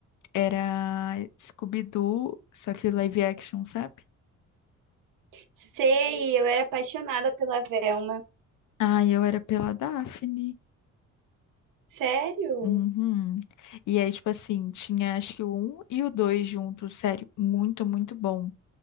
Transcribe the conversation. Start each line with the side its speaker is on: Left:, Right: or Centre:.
Left: Era Scooby-Doo, só que live action, sabe?
Right: Sei, eu era apaixonada pela Velma.
Left: Ai, eu era pela Daphne.
Right: Sério?
Left: Uhum. E aí, tipo assim, tinha acho que o um e o dois juntos, sério. Muito, muito bom.